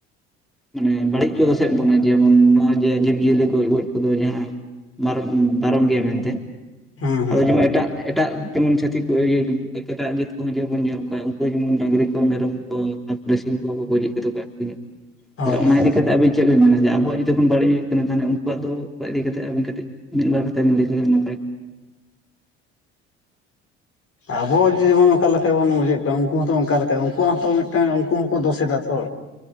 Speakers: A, in the centre; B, on the left.
A: ᱢᱟᱱᱮ ᱵᱟᱹᱲᱤᱡ ᱠᱚ ᱫᱚᱥᱮᱫ ᱵᱚᱱᱟ ᱡᱮᱢᱚᱱ ᱱᱚᱼᱚᱭ ᱡᱮ ᱡᱤᱵᱽ ᱡᱤᱭᱟᱹᱞᱤ ᱠᱚ ᱜᱚᱡ ᱠᱚᱫᱚ ᱡᱟᱦᱟᱸ ᱼᱼ ᱵᱟᱨᱚᱱ ᱵᱟᱨᱚᱱ ᱜᱮᱭᱟ ᱢᱮᱱᱛᱮ᱾
B: ᱦᱩᱸ ᱦᱩᱸ
A: ᱟᱫᱚ ᱡᱮᱢᱚᱱ ᱮᱴᱟᱜ ᱼᱼ ᱮᱴᱟᱜ ᱡᱮᱢᱚᱱ ᱪᱷᱟᱹᱛᱤᱠ ᱠᱚ ᱤᱭᱟᱹ ᱮᱴᱟᱜ ᱡᱟᱹᱛ ᱠᱚᱦᱚᱸ ᱡᱮ ᱵᱚᱱ ᱧᱮᱞ ᱠᱚᱣᱟ, ᱩᱱᱠᱩ ᱡᱮᱢᱚᱱ ᱰᱟᱝᱨᱤ ᱠᱚ ᱢᱮᱨᱚᱢ ᱼᱼ ᱛᱟᱯᱚᱨᱮ ᱥᱤᱢ ᱠᱚ ᱠᱚ ᱜᱚᱡᱮᱫ ᱠᱚᱛᱮ ᱠᱚ ᱟᱠᱷᱨᱤᱧᱟ।
B: ᱦᱳᱭ
A: ᱛᱟᱦᱟᱞᱮ ᱚᱱᱟ
B: ᱦᱳᱭ
A: ᱤᱫᱤ ᱠᱟᱛᱮᱫ ᱟᱵᱤᱱ ᱪᱮᱫ ᱵᱤᱱ ᱢᱮᱱᱟ? ᱡᱮ ᱟᱵᱚᱣᱟᱜ ᱡᱩᱫᱤ ᱠᱷᱚᱱ <unintelligible> ᱵᱟᱹᱲᱤᱡ ᱦᱩᱭᱩᱜ ᱠᱟᱱᱟ᱾ ᱛᱟᱦᱟᱞᱮ ᱩᱱᱠᱩᱣᱟᱜ ᱫᱚ ᱤᱫᱤ ᱠᱟᱛᱮᱜ ᱟᱹᱵᱤᱱ ᱠᱟᱹᱴᱤᱡ ᱼᱼ ᱢᱤᱫ ᱵᱟᱨ ᱠᱟᱛᱷᱟ ᱵᱤᱱ ᱞᱟᱹᱭ ᱞᱮᱠᱷᱟᱱ ᱱᱟᱯᱟᱭ ᱼᱼ
B: ᱟᱵᱚ ᱡᱮᱢᱚᱱ ᱚᱠᱟ ᱞᱮᱠᱟ ᱵᱚᱱ ᱵᱩᱡᱷᱮᱫ ᱠᱚᱣᱟ ᱩᱱᱠᱩ ᱦᱚᱸᱛᱚ ᱚᱱᱠᱟ ᱞᱮᱠᱟ᱾ ᱩᱱᱠᱩᱣᱟᱜ ᱦᱚᱸᱛᱚ ᱢᱤᱫᱴᱟᱝ ᱩᱱᱠᱩ ᱦᱚᱸᱠᱚ ᱫᱳᱥ ᱮᱫᱟ ᱛᱚ।